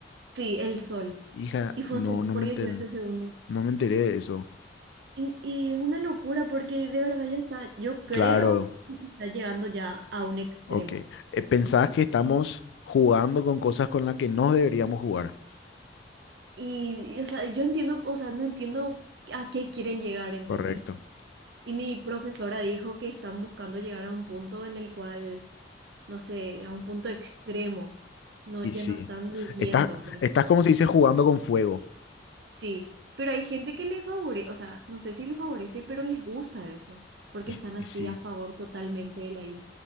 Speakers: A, on the right; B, on the left.
A: sí, el sol.
B: Hija,
A: Y funcionó
B: no, no
A: por
B: me
A: 18
B: enten-
A: segundos.
B: no me enteré de eso.
A: Y, y es una locura porque de verdad ya está, yo creo
B: Claro,
A: que está llegando ya a un extremo.
B: ok. Eh, pensabas que estamos jugando con cosas con las que no deberíamos jugar.
A: Y, y, o sea, yo entiendo, o sea, no entiendo a qué quieren llegar, ¿entendés?
B: Correcto.
A: Y mi profesora dijo que están buscando llegar a un punto en el cual no sé, a un punto extremo. No,
B: Y
A: ya
B: sí.
A: no están viviendo,
B: Estás,
A: por así
B: estás
A: decirlo.
B: como se dice jugando con fuego.
A: Sí, pero hay gente que les favorece, o sea, no sé si les favorece, pero les gusta eso, porque
B: Y,
A: están así
B: y sí.
A: a favor totalmente de la IA.